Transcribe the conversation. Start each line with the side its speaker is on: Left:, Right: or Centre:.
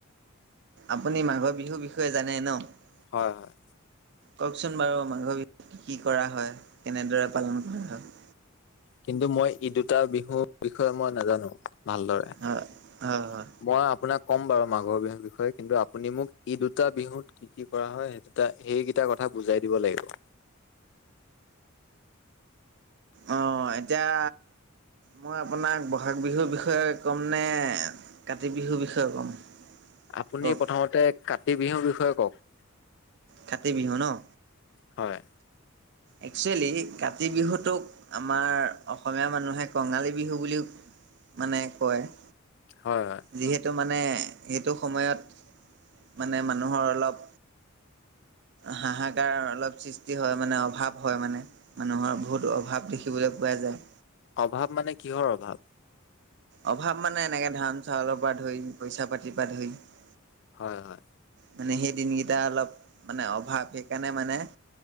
Right: আপুনি মাঘৰ বিহুৰ বিষয়ে জানে ন? <inaudible>
Left: হয়-হয়।
Right: কওকচোন বাৰু মাঘৰ বিহু কি কৰা হয়? কেনেদৰে পালন কৰা হয়? <inaudible>
Left: কিন্তু মই ই দুটা বিহুৰ বিষয়ে মই নাজানো ভালদৰে
Right: হয়
Left: <inaudible>
Right: হয় হয়
Left: মই আপোনাক কম বাৰু মাঘৰ বিহুৰ বিষয়ে কিন্তু আপুনি মোক ই দুটা বিহুত <unintelligible> কি কি কৰা হয় সেই দুটা <inaudible> সেইকেইটা কথা বুজাই দিব লাগিব।
Right: অঁ এতিয়া মই আপোনাক বহাগ বিহুৰ বিষয়ে কম নে কাতি বিহুৰ বিষয়ে কম <inaudible>
Left: আপুনি
Right: কওক
Left: প্ৰথমতে কাতি বিহুৰ বিষয়ে কওক। <unintelligible>
Right: কাতি বিহু ন। <inaudible>
Left: হয়।
Right: একচুৱেলি কাতি বিহুটোক আমাৰ অসমীয়া মানুহে কঙালী বিহু বুলিও <unintelligible> মানে কয়। <inaudible>
Left: হয়-হয়।
Right: যিহেতু মানে সেইটো সময়ত মানে মানুহৰ অলপ হাহাকাৰ অলপ সৃষ্টি হয় মানে <unintelligible> অভাৱ হয় মানে, মানুহৰ বহুত অভাৱ দেখিবলৈ পোৱা যায়।
Left: অভাৱ মানে, কিহৰ অভাৱ?
Right: অভাৱ মানে এনেকে ধান, চাউলৰ পৰা ধৰি, পইচা পাতিৰ পৰা ধৰি <unintelligible>
Left: হয়-হয়।
Right: মানে সেই দিনকেইটা অলপ মানে অভাৱ সেইকাৰণে মানে <inaudible>